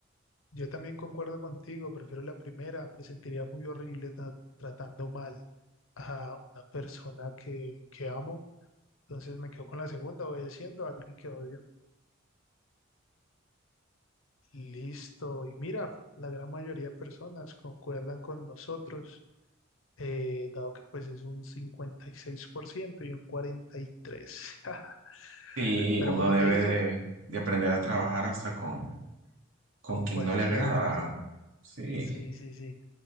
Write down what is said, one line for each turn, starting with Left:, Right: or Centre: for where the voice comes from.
Left: Yo también concuerdo contigo, prefiero la primera, me sentiría muy horrible tra- tratando mal a una persona que, que amo, entonces me quedo con la segunda, obedeciendo a alguien que odio. Listo, y mira, la gran mayoría de personas concuerdan con nosotros, eh, dado que pues es un 56% y seis por ciento y un 43%, <laughs>
Right: Sí,
Left: pero
Right: uno
Left: como
Right: debe
Left: te dije,
Right: de, de aprender a trabajar hasta con, con
Left: con
Right: quien
Left: cualquier
Right: no le agrada.
Left: persona.
Right: Sí,
Left: Sí, sí, sí.